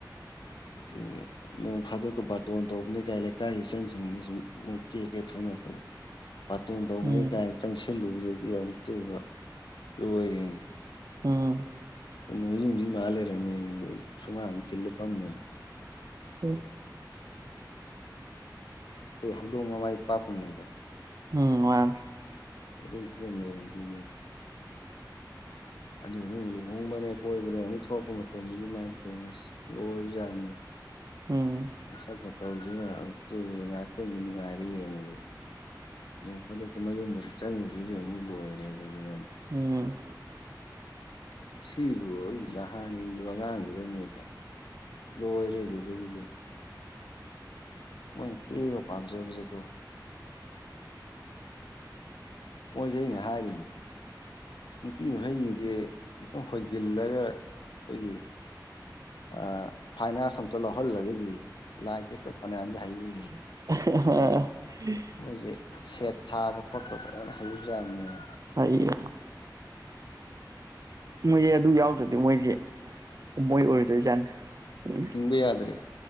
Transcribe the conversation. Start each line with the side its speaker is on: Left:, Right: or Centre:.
Left: ꯑꯗꯨꯅ ꯑꯗ‌ꯣ ꯅꯣꯡ ꯐꯥꯗꯣꯛꯀ ꯕꯥꯔꯇꯣꯟ ꯇꯧꯕꯅꯦ ꯀꯥꯏ ꯂꯩꯀꯥꯏꯒꯤ ꯏꯆꯜꯁꯤꯡꯁꯤꯁꯨ ꯃꯣꯏ ꯀꯦ ꯀꯦ ꯊꯣꯛꯅꯔꯛꯄꯗ ꯕꯥ꯭ꯔꯇꯣꯟ ꯇꯧꯕꯅ‌ꯦ
Right: ꯎꯝ
Left: ꯀꯥꯏꯅ ꯆꯪꯁꯤꯜꯂꯨꯕꯗꯗꯤ ꯑꯃꯨꯛꯇꯣꯏꯕ ꯂꯣꯏꯔꯦꯅ‌ꯦ
Right: ꯎꯝ
Left: ꯅꯨꯝꯃꯤꯠ ꯌꯨꯡꯕꯤ ꯃꯥꯟ ꯂꯩꯔꯝꯃꯦꯅ‌ꯦ ꯁꯨꯃꯥꯡꯁꯤꯗ ꯈꯤꯜꯂ ꯐꯝ ꯂꯩꯔꯝꯃꯦ
Right: <unintelligible>
Left: ꯑꯈꯣꯏ ꯍꯧꯗꯣꯡ ꯃꯃꯥꯏ ꯄꯥꯛꯄꯃꯥ ꯂꯩꯗꯥꯏ
Right: ꯎꯝ ꯃꯥꯅꯦ
Left: ꯑꯗꯨꯏ ꯗꯨꯝ ꯂꯩꯔꯝꯗꯨꯏꯅ‌ꯦꯕ ꯑꯗꯨꯅꯅꯦ ꯂꯨꯍꯣꯡꯕꯅꯦ ꯀꯣꯏꯕꯅꯦ ꯑꯃꯨꯛ ꯊꯣꯛꯔꯛꯄ ꯃꯇꯝꯗꯗꯤ ꯏꯃꯥꯥꯏ ꯄꯦꯝꯃ ꯂ‌ꯣꯏꯕꯖꯥꯠꯅꯤ
Right: ꯎꯝ
Left: ꯃꯁꯛ ꯃꯇꯧꯁꯤꯅ ꯑꯃꯨꯛꯇꯣꯏꯕ ꯉꯥꯏꯍꯥꯛꯇꯪꯒꯤ ꯅꯨꯡꯉꯥꯏꯔꯦ ꯌꯦꯡꯕꯗꯤ ꯅꯣꯡ ꯐꯥꯗꯣꯛꯀ ꯃꯌꯨꯝꯗ ꯆꯪꯉꯨꯕꯁꯤꯗꯤ ꯑꯃꯨꯛ ꯂꯣꯏꯔꯦ ꯑꯗꯨꯗꯨꯗ ꯗꯨꯝ
Right: ꯎꯝ
Left: ꯁꯤꯕꯨ ꯑꯩ ꯅꯍꯥꯟ ꯎꯒꯤꯕ ꯑꯉꯥꯡꯗꯨꯔꯅꯦ ꯂꯣꯏꯔꯦ ꯑꯗꯨꯗꯒꯤꯗꯤ ꯃꯣꯏꯅ ꯀꯦꯕ ꯄꯥꯝꯖꯕꯁꯦꯀꯣ ꯃꯣꯏꯁꯦ ꯑꯩꯅ ꯍꯥꯏꯔꯤꯅꯦ ꯅꯨꯄꯤ ꯃꯈꯩꯖꯤꯡꯁꯦ ꯑꯃꯨꯛꯇꯪ ꯍꯣꯏꯖꯤꯜꯂꯒ ꯈꯣꯏꯒꯤ ꯑ ꯐꯥꯏꯟ ꯑꯥ꯭ꯔꯠꯁ ꯑꯝꯇ ꯂꯧꯍꯜꯂꯒꯗꯤ ꯂꯥꯏ ꯌꯦꯛꯄꯗꯤ ꯐꯅꯌꯥꯝꯗꯤ ꯍꯩꯅꯤꯍꯦ
Right: <inaudible>
Left: ꯃꯣꯏꯁꯦ ꯁꯦꯠ ꯊꯥꯕ ꯈꯣꯠꯄ ꯐꯖꯅ ꯍꯩꯕꯖꯥꯠꯅꯤꯍꯦ
Right: ꯍꯩꯌꯦ ꯃꯣꯏꯁꯦ ꯑꯗꯨꯝ ꯌꯥꯎꯗ꯭ꯔꯗꯤ ꯃꯣꯏꯁꯦ ꯃꯣꯏ ꯑꯣꯏꯔꯣꯏꯗꯣꯏꯖꯥꯠꯅꯤ
Left: ꯍꯤꯡꯕ ꯌꯥꯗ꯭ꯔꯦ